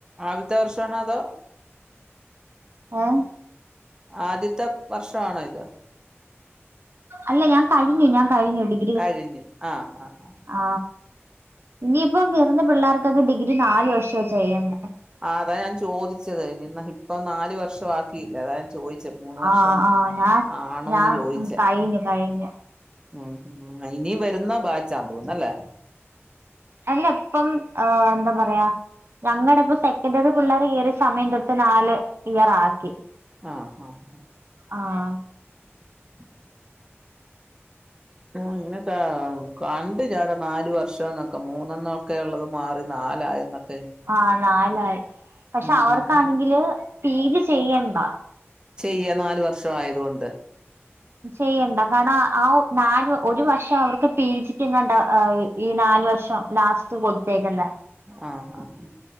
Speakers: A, on the right; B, on the right.
A: ആദ്യത്തെ വർഷാണോ അതോ
B: ആഹ്
A: ആദ്യത്തെ വർഷമാണോ ഇത്
B: അല്ല ഞാൻ കഴിഞ്ഞു ഞാൻ കഴിഞ്ഞു ഡിഗ്രി
A: കഴിഞ്ഞ് ആ ആ ആ
B: ആ ഇനിയിപ്പ കേറ്ന്ന പിള്ളേർക്കൊക്കെ ഡിഗ്രി നാല് വർഷ ചെയ്യണ്ടേ
A: ആ അതാ ഞാൻ ചോദിച്ചത് നിന്ന് ഇപ്പം നാല് വർഷം ആക്കിയില്ലേ അതാ ഞാൻ ചോദി മൂന്ന് വർഷം
B: ആഹ് ആഹ് ഞാൻ
A: ആണോന്ന്
B: ഞാൻ
A: ചോയിച്ചേ
B: കഴിഞ്ഞു കഴിഞ്ഞു
A: ഉ ഇനി വരുന്ന ബാച്ച തോന്നുന്നല്ലേ
B: അല്ല ഇപ്പം ആ എന്താ പറയാ ഞങ്ങളുടെ ഇപ്പ സെക്കൻഡിയറ് പിള്ളേർ കയറിയ സമയം തൊട്ട് നാല് ഇയർ ആക്കി
A: ആഹ് ആഹ്
B: ആഹ്
A: <inaudible> ആ ഇങ്ങനെക്കെ കണ്ട് ചാലം നാല് വർഷം എന്നൊക്കെ മൂന്നന്നൊക്കെ ഉള്ളത് മാറി നാലായ എന്നൊക്കെ
B: ആഹ് നാലായി പക്ഷെ അവർക്കാണെങ്കില്
A: ഉം
B: പി ജി ചെയ്യണ്ട
A: ചെയ്യ നാല് വർഷ ആയതുകൊണ്ട്
B: ചെയ്യണ്ട കാരണം ആ നാ ഒരു വർഷം അവർക്ക് പി ജിക്ക്ങ്ങണ്ട ഈ നാല് വർഷം ലാസ്റ്റ് കൊടുത്തേക്കുന്ന
A: ആഹ് ആഹ്